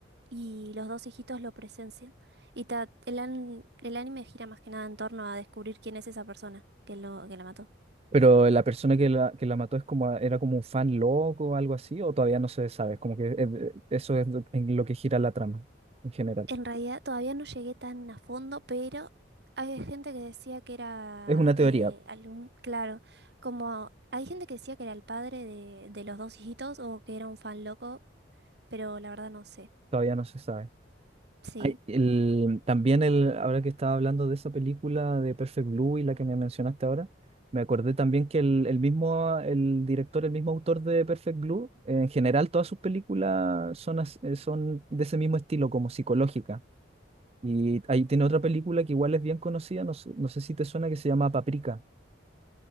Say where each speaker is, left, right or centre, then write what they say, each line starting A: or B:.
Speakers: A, on the right (about 55°); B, on the right (about 30°).
A: Y los dos hijitos lo presencian. Y ta- el, an- el anime gira más que nada en torno a descubrir quién es esa persona que, lo, que la mató.
B: Pero la persona que la, que la mató es como, era como un fan loco o algo así, o todavía no se sabe, es como que eh, eso es lo- en lo que gira la trama en general.
A: En realidad todavía no llegué tan a fondo, pero hay gente que decía que era
B: Es una teoría,
A: eh, algún, claro, como hay gente que decía que era el padre de, de los dos hijitos o que era un fan loco, pero la verdad no sé.
B: todavía no se sabe.
A: Sí.
B: Ay, el- también el, ahora que estaba hablando de esa película de Perfect Blue y la que me mencionaste ahora, me acordé también que el, el mismo, el director, el mismo autor de Perfect Blue, en general todas sus películas son, as- eh, son de ese mismo estilo, como psicológica Y ahí tiene otra película que igual es bien conocida, no, sé no sé si te suena, que se llama Paprika.